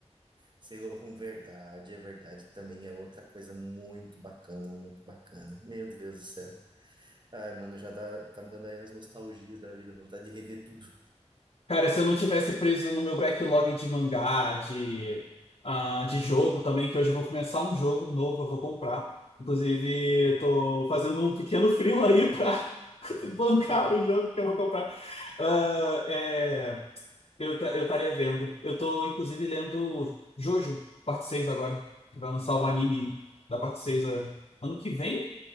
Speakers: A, on the right; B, on the left.
A: Sailor Moon, verdade, é verdade, também é outra coisa muito bacana, muito bacana. Meu Deus do céu. Ai, mano, já dá, tá me dando aí as nostalgias da vida, vontade de rever tudo.
B: Cara, se eu não tivesse preso no meu backlog de mangá, de, ah, de jogo também, que hoje eu vou começar um jogo novo, eu vou comprar. Inclusive, eu tô fazendo um pequeno <laughs> freela aí pra <laughs> bancar
A: <laughs>
B: o jogo que eu vou comprar. Ah, é. Eu ta- eu estaria vendo. Eu tô, inclusive, lendo Jojo, parte 6 agora. Que vai lançar o anime da parte 6 é, ano que vem?